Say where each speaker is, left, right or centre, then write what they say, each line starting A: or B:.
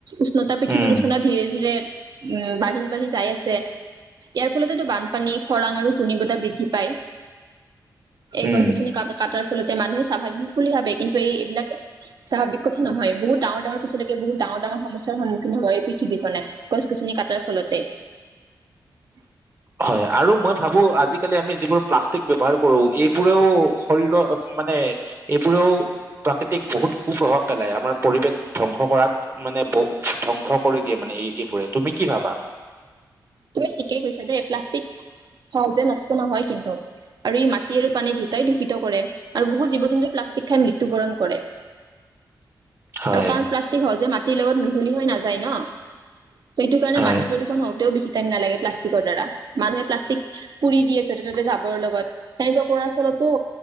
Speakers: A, on the right (about 60°); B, on the right (about 30°).
A: উষ্ণতা পৃথিৱীৰ
B: উম,
A: উষ্ণতা ধীৰে ধীৰে উম', বাঢ়ি বাঢ়ি যাই আছে। ইয়াৰ ফলতেতো বানপানী খৰাং আৰু ঘূৰ্ণবতা বৃদ্ধি পায়। এই
B: উম।
A: গছ-গছনি কাটাৰ ফলতে মানুহে স্বাভাৱিক বুলি ভাবে, কিন্তু এইবিলাক স্বাভাৱিক কথা নহ বহুত ডাঙৰ ডঙৰ পিছলৈকে বহুত ডাঙৰ ডঙৰ সমস্যাৰ সন্মুখীন হয় পৃথিবীখনে। গছ-গছনি কাটাৰ ফলতে। উ
B: হয়', আৰু মই ভাবো আজিকালি আমি যিবোৰ প্লাষ্টিক ব্যৱহাৰ কৰো, এইবোৰেও শৰীৰৰ মানে এইবোৰেও প্ৰাকৃতিক বহুত কু প্ৰভাৱ পেলাই, আমাৰ পৰিৱেশ ধ্বংস কৰাত। মানে বহুত ধ্বংস কৰি দিয়ে মানে এই- এইবোৰে। তুমি কি ভাবা?
A: তুমি ঠিকেই কৈছা দেই প্লাষ্টিক, সহজে নষ্ট নহয় কিন্তু। আৰু ই' মাটি আৰু পানী দুটাই দূষিত কৰে। আৰু বহু জীৱ জন্তু প্লাষ্টিক খাই মৃত্যু বৰণ কৰে। <inaudible>
B: হয়,
A: আৰু কাৰণ প্লাষ্টিক সহজে মাটিৰ লগত মিহলি হৈ নাযায় ন'। সেইটো কাৰণে
B: হয়,
A: মাটি প্ৰদ হওঁতেও বেছি টাইম নালাগে প্লাষ্টিকৰ দ্বাৰা, মানুহে প্লাষ্টিক পুৰি দিয়ে যতে টতে যাবৰ লগত, তেনেকুৱা কৰাৰ ফলতো